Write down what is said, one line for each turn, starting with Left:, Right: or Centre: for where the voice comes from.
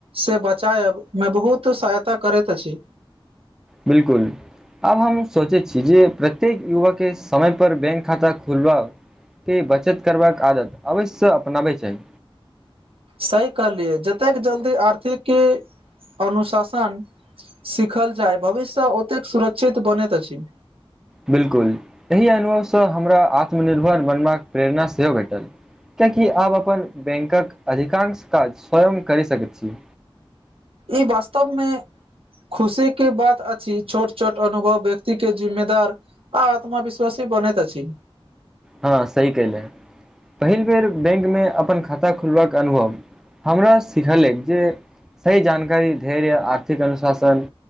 Right: से बचायब मे बहुत सहायता करैत अछि
Centre: बिलकुल आब हम सोचे छी जे प्रत्येक युवक केँ समय पर बैंक खाता खोलबा केँ बचत करबाक आदत अवश्य अपनाबै चाही
Right: सही कहलियै जतेक जल्दी आर्थिक अनुशासन सिखल जाय भविष्य ओतेक सुरक्षित बनैत अछि
Centre: बिलकुल एहि अनुभवसँ हमरा आत्मनिर्भर बनबाक प्रेरणा सेहो भेटल कियाकि आप अपन बैंकक अधिकांश काज स्वयं करि सकै छी
Right: ई वास्तव मे खुशी की बात अछि छोट छोट अनुभव व्यक्ति केँ जिम्मेदार आ आत्मविश्वासि बनैत अछि
Centre: हँ सही कयले पहिल बेर बैंक मे अपन खाता खोलबाक अनुभव हमरा सिखलक जे सही जानकारी धैर्य आर्थिक अनुशासन